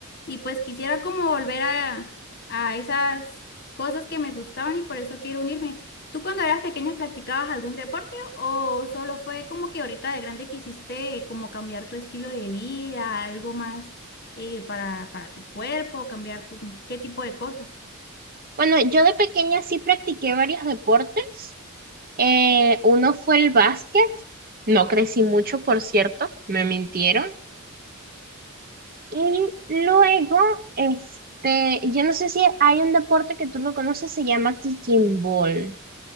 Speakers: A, on the left; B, on the right.
A: Y pues quisiera como volver a, a esas cosas que me gustaban y por eso quiero unirme. ¿Tú cuando eras pequeña practicabas algún deporte o solo fue como que ahorita de grande quisiste como cambiar tu estilo de vida, algo más eh, para, para tu cuerpo, cambiar cu- qué tipo de cosas?
B: Bueno, yo de pequeña sí practiqué varios deportes. Eh, uno fue el básquet. No crecí mucho, por cierto, me mintieron. Y luego, este, yo no sé si hay un deporte que tú lo conoces, se llama kicking ball.